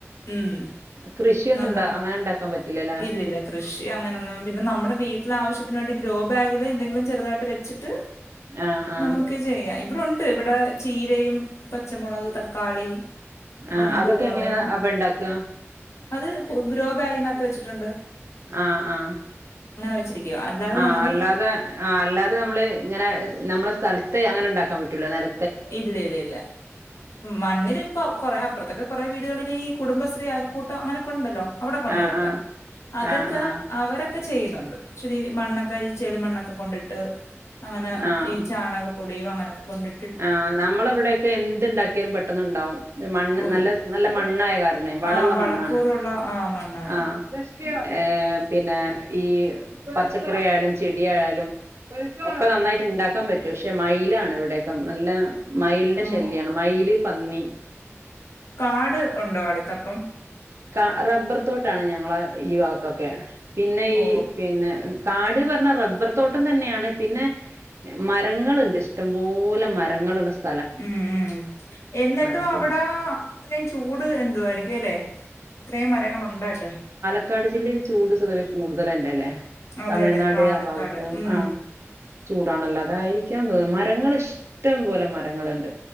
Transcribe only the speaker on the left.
ഉം.
നല്ല
ഇല്ലില്ല. കൃഷി അങ്ങനൊന്നും പിന്നെ നമ്മെടെ വീട്ടിലാവ ശ്യത്തിന് വേണ്ടി ഗ്രോ ബാഗില് എന്തങ്കിലും ചെറതായിട്ട് വെച്ച ട്ട്
നമ്മുക്ക് ചെയ്യാൻ ഇവിടൊണ്ട്. ഇവിടെ ചീരയും പച്ചമൊളക്, തക്കാളി
പിന്നെ
കുരുമൊളക്.
അത് ഗ്രോബാഗിനാ ത്ത് വെച്ചിട്ടൊണ്ട്.
വെച്ചിരിക്കുവ അല്ലാതെ
നമ്മള്
ഇല്ലില്ലില്ല. മണ്ണിൽ ഇപ്പൊ കൊറെ അപ്പൊറത്തൊക്കെ കൊറെ വീടുകളിൽ. ഈ കുടബശ്രീ, അയൽക്കൂട്ടം അങ്ങനൊക്കെണ്ടല്ലോ? അവിടൊക്കെയൊ ണ്ടോയതൊക്കെ?
അതൊക്കെ
അവരൊ ക്കെ ചെയ്യുന്നൊണ്ട്. ഇച്ചിരി മണ്ണൊക്കെയിച്ചെളിമണ്ണൊക്കെ കൊണ്ടിട്ട്. അങ്ങന
ഈ ചാണകപ്പൊടിയും അങ്ങ അക്കെ കൊണ്ടി
ഓയ്
ആ
വളക്കൂറുള്ള
ആ മണ്ണായ
ഓ
കാട് ഒണ്ടോ അടുത്തപ്പം
ഓ
ഉം ഉം എന്നിട്ടും
അവിടാ ഇത്രയും ചൂട് എന്തു ആയിരിക്കും എല്ലേ ഇത്രയും മരങ്ങൾണ്ടായിട്ട്
അതെ
അതെ പാലക്കാട്
ഉം